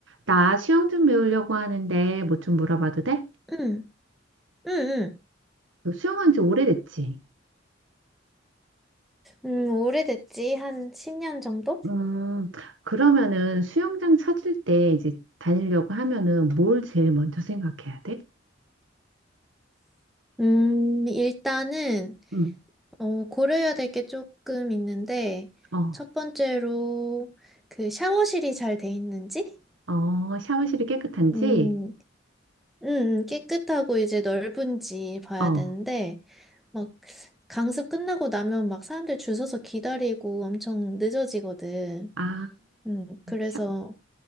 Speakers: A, on the right (about 80°); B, in the centre.
A: 나 수영 좀 배우려고 하는데 뭐 좀 물어봐도 돼?
B: 응, 응, 응.
A: 너 수영한 지 오래됐지?
B: 음, 오래됐지? 한 10년 정도?
A: 음, 그러면은 수영장 찾을 때 이제 다니려고 하면은 뭘 제일 먼저 생각해야 돼?
B: 음, 일단은,
A: 응.
B: 어, 고려해야 될 게 조금 있는데,
A: 어,
B: 첫 번째로, 그 샤워실이 잘 돼 있는지?
A: 어, 샤워실이 깨끗한지?
B: 음, 음, 음, 깨끗하고 이제 넓은지 봐야
A: 어,
B: 되는데, 막, 강습 끝나고 나면 막 사람들 줄 서서 기다리고 엄청 늦어지거든.
A: 아,
B: 음, 그래서
A: 샤,